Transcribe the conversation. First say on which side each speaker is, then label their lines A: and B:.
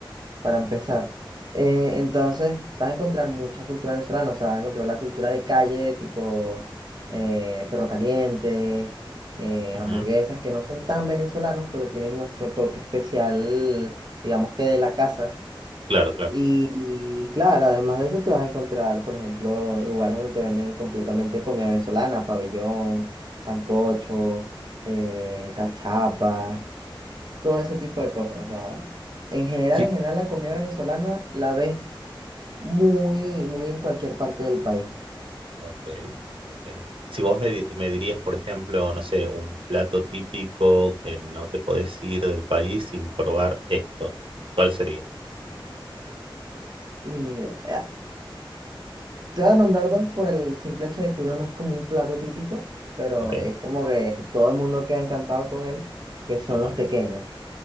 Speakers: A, on the right; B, on the right.
A: para empezar. Eh, entonces, vas a encontrar mucha cultura venezolana, o sea, vas a encontrar la cultura de calle, tipo eh, perro caliente, eh,
B: Ujú,
A: hamburguesas, que no son tan venezolanos, pero tienen nuestro toque especial, digamos que de la casa.
B: Claro, claro.
A: Y, y claro, además de eso te vas a encontrar, por ejemplo, lugares donde te venden completamente comida venezolana, pabellón, sancocho, eh, cachapas todo ese tipo
B: Ah,
A: de cosas. O sea, en general,
B: Sí.
A: en general, la comida venezolana la ves muy, muy en cualquier parte del país.
B: Ok, ok, ok. Si vos me, di- me dirías, por ejemplo, no sé, un plato típico que no te podés ir del país sin probar esto, ¿cuál sería?
A: Mira, eh, te voy a nombrar dos por el simple hecho de que uno no es como un plato típico, pero
B: Ok,
A: es como que todo el mundo queda encantado con él, que son
B: ajá.
A: los tequeños.